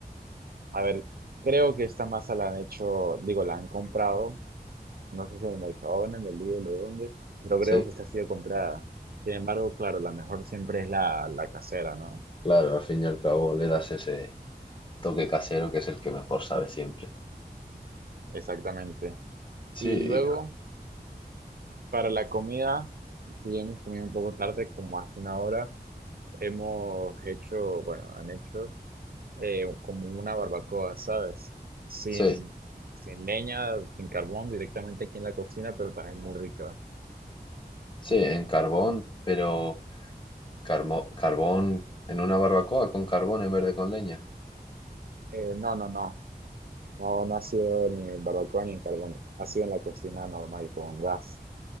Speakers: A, on the right (about 65°); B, on the left (about 30°).
A: A ver, creo que esta masa la han hecho, digo, la han comprado, no sé si en el Mercadona, en el Lidl o dónde, pero
B: Sí,
A: creo que esta ha sido comprada. Sin embargo, claro, la mejor siempre es la, la casera, ¿no?
B: claro, al fin y al cabo le das ese toque casero que es el que mejor sabe siempre.
A: Exactamente.
B: Sí,
A: Y luego, para la comida, si bien hemos comido un poco tarde, como hace una hora, Hemos hecho, bueno, han hecho eh, como una barbacoa, ¿sabes? Sin,
B: sí,
A: sin leña, sin carbón, directamente aquí en la cocina, pero también muy rica.
B: sí, en carbón, pero carmo- carbón en una barbacoa con carbón en vez de con leña.
A: Eh, no, no, no, no, no ha sido ni en barbacoa ni en carbón, ha sido en la cocina normal, con gas.